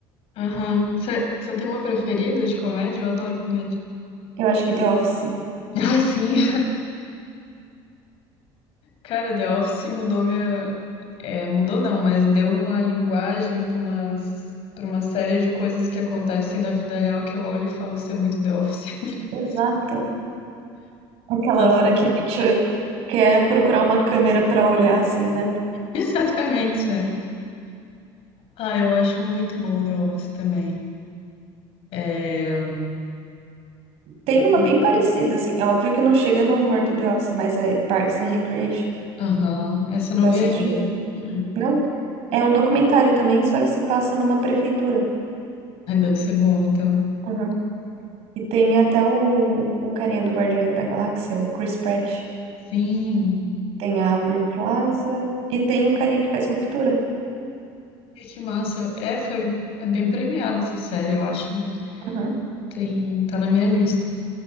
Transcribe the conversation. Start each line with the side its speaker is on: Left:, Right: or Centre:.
Left: Aham. Você você tem uma preferida de comédia? Eu adoro comédia.
Right: Eu acho que The Office.
Left: Ai, sim. Cara, The Office mudou minha. É, mudou não, mas deu uma linguagem para umas... para uma série de coisas que acontecem na vida real que eu olho e falo, isso é muito The Office. <laughs>
Right: Exato. Aquela
Left: Tô certo.
Right: hora que a gente quer procurar uma câmera pra olhar, assim, né?
Left: Exatamente, é. Ah, eu acho muito bom The Office também. É.
Right: Tem uma
Left: hum,
Right: bem parecida, assim. É óbvio que não chega no humor do The Office, mas é Parks and Recreation.
Left: Aham, Essa eu não
Right: Tu assistiu?
Left: vi ainda. Uh-uh.
Right: Não. É um documentário também, só que se passa numa prefeitura.
Left: Ai, Deve ser bom, então.
Right: Uhum. E tem até o, o carinha do Guardiões da Galáxia, o Chris Pratt.
Left: Sim.
Right: Tem a Aubrey Plaza. E tem o carinha que faz Ruptura.
Left: Ai, Que massa. É, foi. É bem premiada essa série, eu acho, né?
Right: Uhum.
Left: Tem... Tá na minha lista.